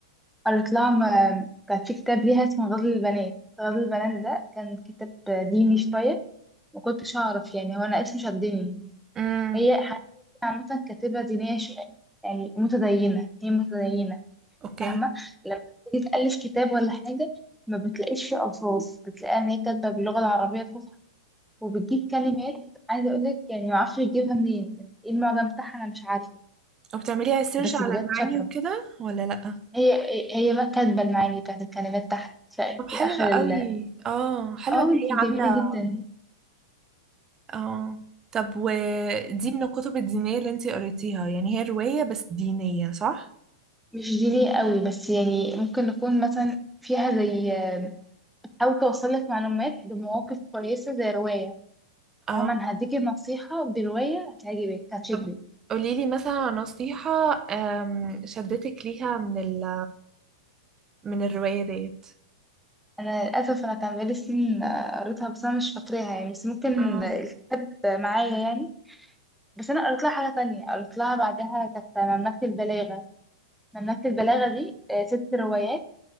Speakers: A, in the centre; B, on the right.
A: قريت لها م- كان في كتاب ليها اسمه غزل البنات غزل البنات ده كان كتاب ديني شوية ما كنتش أعرف يعني هو أنا اسمه شدني
B: امم
A: هي حقيقة عامة كاتبة دينية شوية يعني متدينة هي متدينة
B: اوكي
A: فاهمة لما تيجي تألف كتاب ولا حاجة ما بتلاقيش فيه ألفاظ بتلاقيها إن هي كاتبة باللغة العربية الفصحى وبتجيب كلمات عايزة أقولك يعني معرفش بتجيبها منين يعني إيه المعجم بتاعها أنا مش عارفة
B: وبتعمليها سيرش
A: بس
B: على
A: بجد
B: المعاني
A: شاطرة
B: وكده ولا لأ
A: هي هي بقى كاتبة المعاني بتاعت الكلمات تحت ف-
B: طب
A: في
B: حلوة
A: آخر
B: قوي
A: ال
B: اه حلوة
A: اه
B: ان هي
A: دي جميلة
B: عاملة
A: جدا
B: اه طب ودي من الكتب الدينية اللي انتي قريتيها يعني هي رواية بس دينية صح؟
A: مش دي ليه قوي بس يعني ممكن نكون مثلا فيها زي آه، بتحاول توصل لك معلومات بمواقف كويسة زي رواية
B: اه
A: فاهمة أنا هديكي نصيحة برواية هتعجبك هتشدك
B: طب قوليلي مثلا عن نصيحة أم، شدتك ليها من ال من الرواية ديت
A: أنا للأسف أنا كان بقالي سنين آه، قريتها بس أنا مش فاكراها يعني بس ممكن
B: اه
A: الكتاب معايا يعني بس أنا قريت لها حاجة تانية قريت لها بعدها كانت مملكة البلاغة مملكة البلاغة دي آه، ست روايات